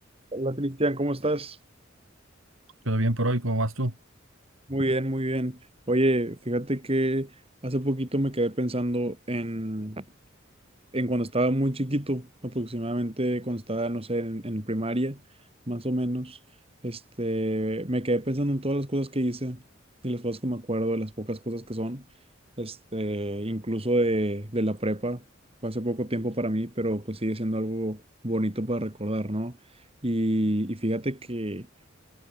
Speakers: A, on the right (about 30°); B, on the right (about 90°).
A: Hola Cristian, ¿cómo estás?
B: Todo bien por hoy, ¿cómo vas tú?
A: Muy bien, muy bien. Oye, fíjate que hace poquito me quedé pensando en, en cuando estaba muy chiquito, aproximadamente cuando estaba, no sé, en, en primaria, más o menos. Este, me quedé pensando en todas las cosas que hice y las cosas que me acuerdo, de las pocas cosas que son. Este, incluso de, de la prepa, fue hace poco tiempo para mí, pero pues sigue siendo algo bonito para recordar, ¿no? Y, y fíjate que